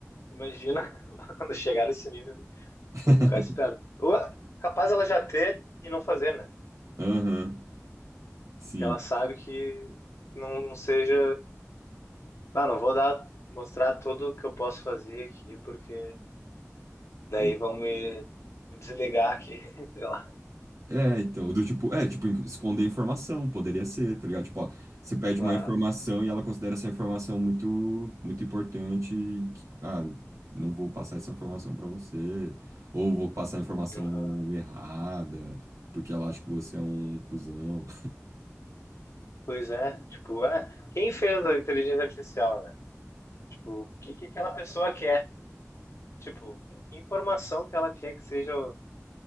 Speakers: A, on the left; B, on the right.
A: Imagina <laughs> quando chegar nesse nível,
B: <laughs>
A: vou ficar esperto. Ou é capaz ela já ter e não fazer, né?
B: Aham, sim.
A: que ela sabe que não, não seja, ah, não vou dar, mostrar tudo que eu posso fazer aqui, porque daí
B: É,
A: vão me me desligar aqui, <laughs> sei lá.
B: é, então, do tipo, é, tipo, in- esconder informação, poderia ser, tá ligado? Tipo, ó, você pede
A: Claro.
B: uma informação e ela considera essa informação muito, muito importante e, que, ah, não vou passar essa informação pra você, ou vou passar a informação
A: Aham.
B: errada, porque ela acha que você é um cuzão.
A: Pois é, tipo, é, quem fez a inteligência artificial, né? Tipo, o que que aquela pessoa quer? Tipo, que informação que ela quer que seja